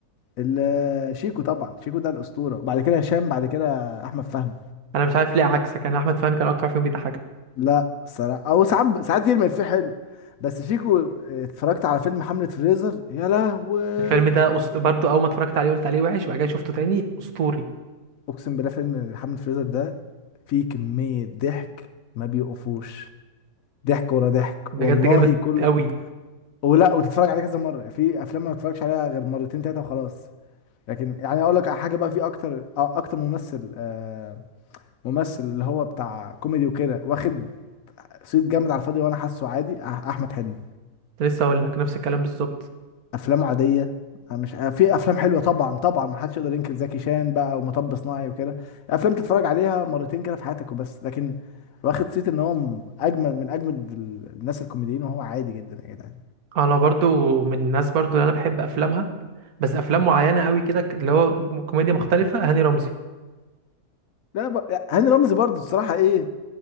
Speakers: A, on the left (about 70°); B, on the right (about 70°).
A: ال- شيكو طبعا شيكو ده الاسطوره بعد كده هشام بعد كده احمد فهمي
B: انا مش عارف ليه عكسك انا احمد فهمي كان اكتر واحد فيهم بيضحكك
A: لا صراحه او ساعات ساعات يرمي فيه حلو بس شيكو آه، اتفرجت على فيلم حملة فريزر يا لهوي
B: الفيلم ده أسط... برضو اول ما اتفرجت عليه قلت عليه وحش بعد كده شفته تاني اسطوري
A: اقسم بالله فيلم حملة فريزر ده فيه كميه ضحك ما بيوقفوش ضحك ورا ضحك
B: بجد
A: والله
B: جامد
A: كل
B: قوي
A: ولا وتتفرج عليه كذا مره في افلام ما بتفرجش عليها غير مرتين تلاته وخلاص لكن يعني اقول لك على حاجه بقى في اكتر آه، اكتر ممثل آه، ممثل اللي هو بتاع كوميدي وكده واخد صيت جامد على الفاضي وانا حاسه عادي أح- احمد حلمي
B: لسه اقول لك نفس الكلام بالظبط
A: افلامه عاديه مش في افلام حلوه طبعا طبعا ما حدش يقدر ينكر زكي شان بقى ومطب صناعي وكده افلام تتفرج عليها مرتين كده في حياتك وبس لكن واخد صيت ان هو م- اجمل من اجمد ال- الناس الكوميديين وهو عادي جدا يا جدعان
B: انا برضو من الناس برضو اللي انا بحب افلامها بس افلام معينه قوي كده ك- اللي هو م- كوميديا مختلفه هاني رمزي
A: لا ب... يعني هاني رمزي برضه الصراحه ايه